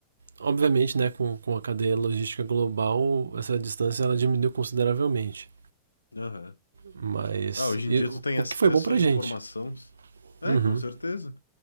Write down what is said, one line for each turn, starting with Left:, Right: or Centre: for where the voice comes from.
Right: obviamente, né, com, com a cadeia logística global, essa distância ela diminuiu consideravelmente.
Left: Aham.
Right: Mas
Left: Ah, hoje
Right: e
Left: em dia tu tem
Right: o-
Left: acesso
Right: que foi bom pra
Left: à
Right: gente?
Left: informação. É,
Right: Uhum.
Left: com certeza.